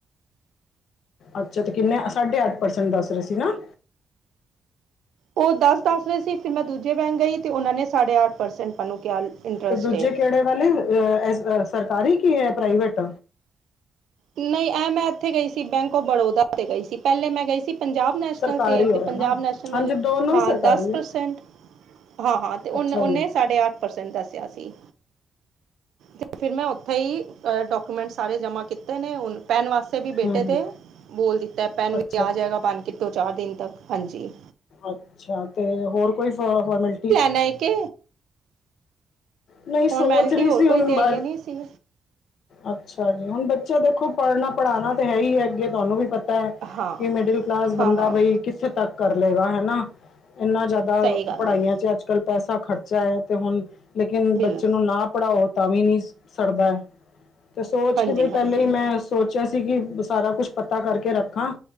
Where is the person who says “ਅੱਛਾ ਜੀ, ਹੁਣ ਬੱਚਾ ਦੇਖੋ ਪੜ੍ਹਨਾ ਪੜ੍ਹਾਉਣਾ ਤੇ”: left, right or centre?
Left